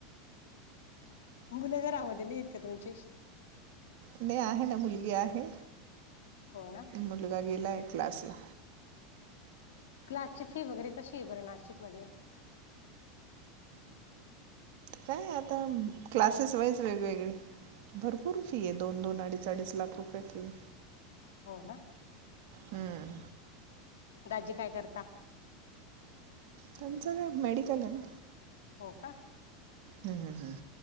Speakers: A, on the left; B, on the right.
A: मुलं घरामध्ये नाहीेत का तुमची
B: नाही आहे ना मुलगी आहे
A: हो ना
B: मुलगा गेला आहे क्लासला
A: ग्लासची फी वगैरे कशी आहे बरं नाशिक मध्ये
B: काय आता क्लासेस व्हाईच वेगवेगळे भरपूर फी आहे दोन दोन अडीच अडीच लाख रुपये फी
A: होना
B: हम्म
A: दाजी काय करता
B: त्यांचं मेडिकल आहे ना
A: हो का
B: हम् हम हम